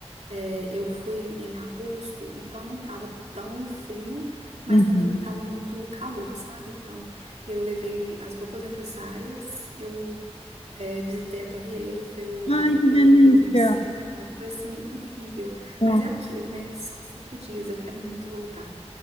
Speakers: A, on the right; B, on the left.
A: é, eu fui em agosto, então não tava tão frio, mas
B: Uhum.
A: também não tava muito calor, sabe? Então eu levei as roupas necessárias, eu é, visitei a Torre Eiffel,
B: Ai,
A: eu fui
B: que
A: pela,
B: delícia.
A: pelo Rio Sena, foi assim, incrível.
B: Ó.
A: Mas é aquilo, né? Só cinco dias, eu quero muito voltar.